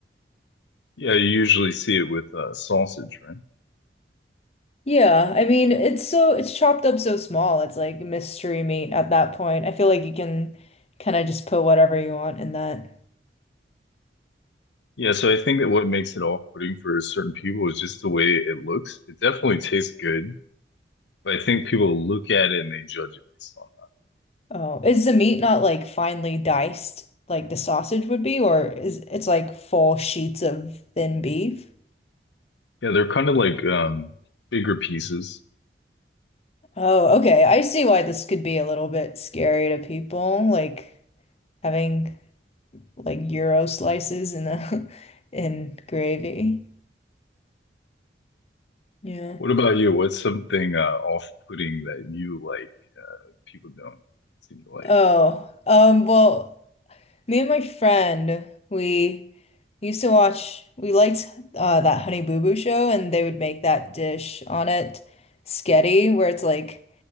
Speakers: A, on the left (about 80°); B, on the left (about 35°).
A: Yeah, you usually see it with uh, sausage, right?
B: Yeah, I mean it's so it's chopped up so small. It's like mystery meat at that point. I feel like you can kind of just put whatever you want in that.
A: Yeah, so I think that what makes it off-putting for certain people is just the way it looks. It definitely tastes good, but I think people look at it and they judge it based on
B: Oh, is the meat not like finely diced like the sausage would be, or is it's like full sheets of thin beef?
A: that. Yeah, they're kind of like um bigger pieces.
B: Oh, okay. I see why this could be a little bit scary to people, like having like gyro slices in a <laughs> in gravy. Yeah.
A: What about you? What's something uh off-putting that you like people don't seem to like?
B: Oh, um, well, me and my friend, we used to watch, we liked uh that Honey Boo Boo show and they would make that dish on it, sketty, where it's like